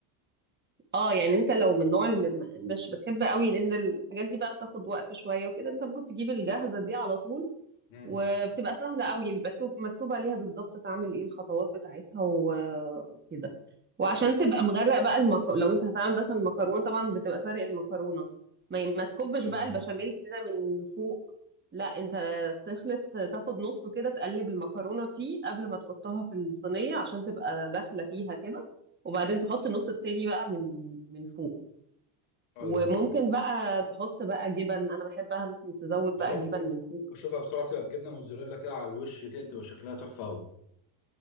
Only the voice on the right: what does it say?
اه يعني انت لو من النوع اللي م- مش بتحب قوي لان الحاجات دي بقى بتاخد وقت شوية وكده انت ممكن تجيب الجاهزة دي على طول
وبتبقى سهلة قوي بيبقى مكتوب مكتوب عليها بالظبط تعمل ايه الخطوات بتاعتها و- وكده وعشان تبقى مغرق بقى المك... لو انت هتعمل مثلا المكرونة طبعا بتبقى سارق المكرونة ما, ي- ما تكبش
بقى البشاميل كده من فوق لا انت تخلط تاخد نصه كده تقلب المكرونة فيه قبل ما تحطها في الصينية عشان تبقى داخلة فيها كده وبعدين تحط النص التاني بقى من من فوق
وممكن بقى تحط بقى جبن انا بحبها مثلا تزود بقى
جبن من فوق